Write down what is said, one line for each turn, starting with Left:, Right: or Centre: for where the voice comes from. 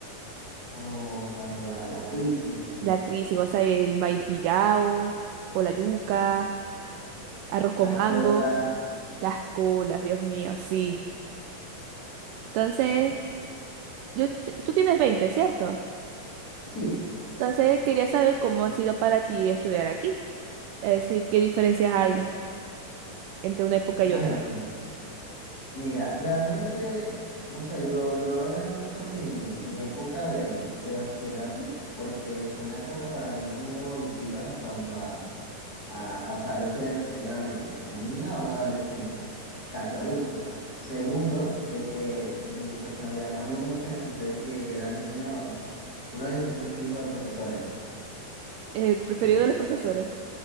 Left: O cuando la, la crisis, sí,
Right: La crisis, o sea, el maíz pillao, o la yuca, arroz
Left: las
Right: con mango,
Left: colas.
Right: las colas, Dios mío, sí. Entonces,
Left: Sí,
Right: yo, te- tú tienes 20, ¿cierto?
Left: sí,
Right: Entonces, quería saber cómo ha sido para ti estudiar aquí. Es decir, qué diferencias hay entre una época
Left: bueno.
Right: y otra.
Left: Mira, realmente, no sé, yo, yo adoré mucho mi, mi época de, de bachillerato porque fue una época para mí muy evolutiva en cuanto a, a pasar de ser, primeramente, un niño a un adolescente, casi adulto. Segundo, de que mi personalidad cambió mucho en el sentido de que yo era el niño, primero yo siempre fui hijo de profesores.
Right: El preferido
Left: Bueno, sigo
Right: de los
Left: siendo,
Right: profesores.
Left: <laughs>